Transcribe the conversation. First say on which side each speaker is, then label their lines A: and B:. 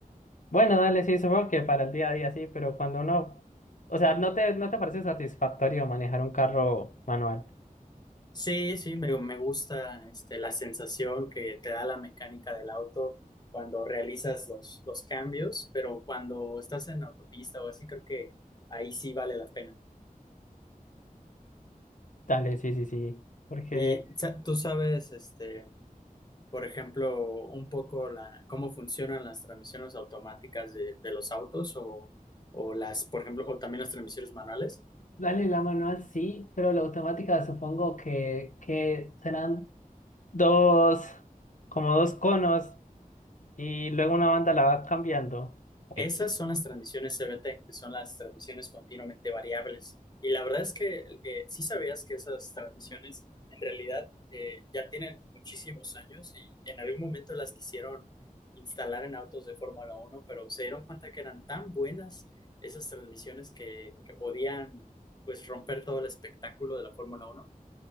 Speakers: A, on the left; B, on the left.
A: bueno, dale, sí, supongo que para el día a día sí, pero cuando uno, o sea, no te, no te parece satisfactorio manejar un carro manual.
B: Sí, sí, me, me gusta este, la sensación que te da la mecánica del auto cuando realizas los, los cambios, pero cuando estás en autopista o así, creo que ahí sí vale la pena.
A: Dale, sí, sí, sí. Porque,
B: Y sa- tú sabes, este... por ejemplo, un poco la, cómo funcionan las transmisiones automáticas de, de los autos o, o las, por ejemplo, o también las transmisiones manuales.
A: Dale, la manual sí, pero la automática supongo que, que serán dos, como dos conos. y luego una banda la va cambiando. Ok.
B: Esas son las transmisiones CVT, que son las transmisiones continuamente variables. Y la verdad es que eh, sí sabías que esas transmisiones en realidad eh, ya tienen muchísimos años y en algún momento las quisieron instalar en autos de Fórmula Uno, pero se dieron cuenta que eran tan buenas esas transmisiones que, que podían pues romper todo el espectáculo de la Fórmula Uno.